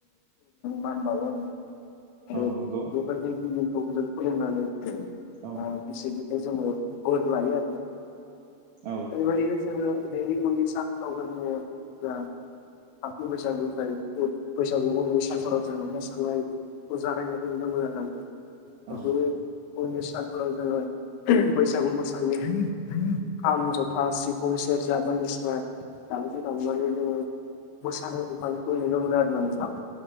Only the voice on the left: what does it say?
मान बावो <unintelligible>
<unintelligible> बोर लायो
बेबायदिनो जोङो दैमुनि साफ्रावयो आरो जोङो गोरान थामथि बैसागुनि फ्राय रै मुङै फैसागुबावलुस सान फालावयारजों ननि मानसि साननाय औ जागायनायखौ नुनो मोयोनायै।
मोनद ओयद उननि सानफोराव जोङो उहुम बैसागु मोसाना आंनि खाम जथा सिफुं सेर्जा बादिसिना। दावजो दावलानि जोंयो मोसानो बिफांनिखौ नुनो मोनो आरोना नोंथां।